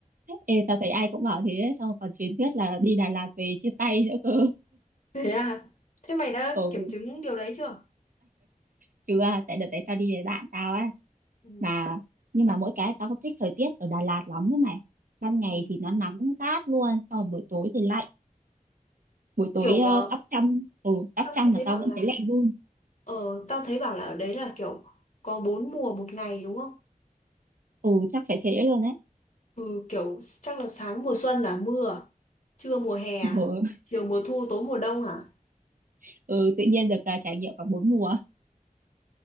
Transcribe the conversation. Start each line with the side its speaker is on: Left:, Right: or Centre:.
Right: ê, tao thấy ai cũng bảo thế ấy. xong còn truyền thuyết là đi Đà Lạt về chia tay nữa cơ
Left: Thế à? Thế mày đã
Right: <laughs> ừ
Left: kiểm chứng điều đấy chưa?
Right: chứ à, tại đợt đấy tao đi với bạn tao á
Left: Ừ.
Right: mà nhưng mà mỗi cái tao không thích thời tiết ở Đà Lạt lắm đó mày ban ngày
Left: Ừ.
Right: thì nó nắng rát luôn xong rồi buổi tối thì lạnh buổi tối
Left: Kiểu ờ,
Right: ờ, đắp chăn ừ đắp
Left: tao
Right: chăn
Left: nghe
Right: mà
Left: thấy
Right: tao
Left: bảo
Right: vẫn
Left: là
Right: thấy lạnh run
Left: ờ tao thấy bảo là ở đấy là kiểu có bốn mùa một ngày đúng không?
Right: ừ chắc phải thế luôn đấy
Left: Ừ kiểu chắc là sáng mùa xuân là mưa, à? trưa mùa hè, à?
Right: ừ,
Left: chiều mùa thu, tối mùa đông hả?
Right: <laughs> ừ tự nhiên được ờ, trải nghiệm cả bốn mùa